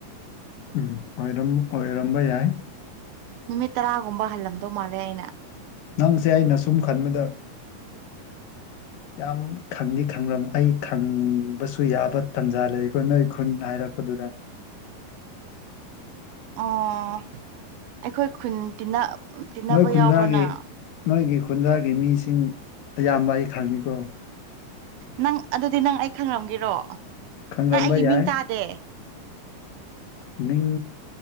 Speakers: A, on the left; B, on the right.
A: ꯎꯝ ꯑꯣꯏꯔꯝ ꯑꯣꯏꯔꯝꯕ ꯌꯥꯏ
B: ꯅꯨꯃꯤꯠ ꯇꯔꯥꯒꯨꯝꯕ ꯍꯜꯂꯝꯗꯧ ꯃꯥꯜꯂꯦ ꯑꯩꯅ
A: ꯅꯪꯁꯦ ꯑꯩꯅ ꯁꯨꯝ ꯈꯟꯕꯗ ꯌꯥꯝ ꯈꯪꯗꯤ ꯈꯪꯂꯝ ꯑꯩ ꯈꯪꯕꯁꯨ ꯌꯥꯕ ꯇꯥꯟꯖꯥ ꯂꯩ ꯑꯩꯈꯣꯏ ꯅꯣꯏ ꯈꯨꯟ ꯍꯥꯏꯔꯛꯄꯗꯨꯗ
B: ꯑꯣ ꯑꯩꯈꯣꯏ ꯈꯨꯟ ꯇꯤꯟꯅ ꯇꯤꯟꯅꯕ
A: ꯅꯣꯏ ꯈꯨꯟꯖꯥꯒꯤ
B: ꯌꯥꯎꯕ꯭ꯔꯣꯅꯥ
A: ꯅꯣꯏꯒꯤ ꯈꯨꯟꯖꯒꯤ ꯃꯤꯁꯤꯡ ꯑꯌꯥꯝꯕ ꯑꯩ ꯈꯪꯉꯤꯀꯣ
B: ꯅꯪ ꯑꯗꯨꯗꯤ ꯅꯪ ꯑꯩ ꯈꯪꯂꯝꯒꯤꯔꯣ
A: ꯈꯪꯔꯝꯕ
B: ꯅꯪ ꯑꯩꯒꯤ
A: ꯌꯥꯏ
B: ꯃꯤꯡ ꯇꯥꯗꯦ
A: ꯃꯤꯡ